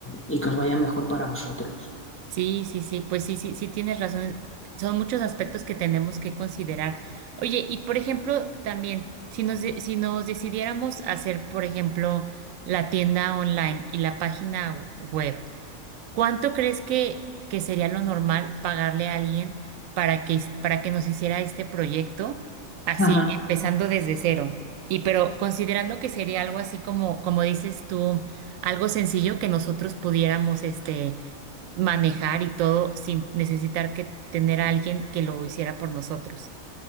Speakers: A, on the left (about 20°); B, on the right (about 75°).
A: y que os vaya mejor para vosotros.
B: sí, sí, sí, pues sí, sí, sí tienes razón. Son muchos aspectos que tenemos que considerar. Oye, y por ejemplo, también, si nos, de- si nos decidiéramos hacer, por ejemplo, la tienda online y la página web, ¿Cuánto crees que, que sería lo normal pagarle a alguien para que, para que nos hiciera este proyecto así,
A: Ajá.
B: empezando desde cero? Y pero considerando que sería algo así como, como dices tú, algo sencillo que nosotros pudiéramos este, manejar y todo sin necesitar que tener a alguien que lo hiciera por nosotros.